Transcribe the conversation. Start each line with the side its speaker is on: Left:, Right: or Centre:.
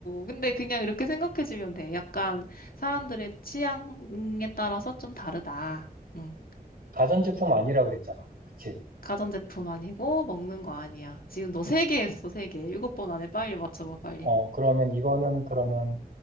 Left: 근데 그냥 이렇게 생각해주면 돼. 약간 사람들의 취향에 따라서 좀 다르다. 음.
Right: 가전제품 아니라 그랬잖아. 그치?
Left: 가전제품 아니고 먹는 거 아니야. 지금 너 세 개 했어, 세 개. 일곱 번 안에 빨리 맞춰봐, 빨리.
Right: 어, 그러면 이거는 그러면